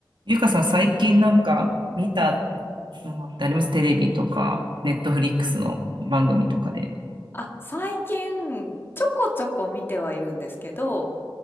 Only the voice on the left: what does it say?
うんうん
あ、最近、ちょこちょこ見てはいるんですけど、